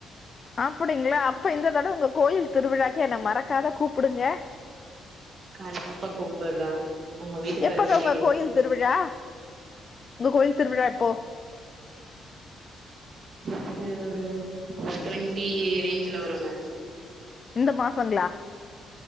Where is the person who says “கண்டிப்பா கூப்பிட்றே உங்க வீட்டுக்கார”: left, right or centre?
Right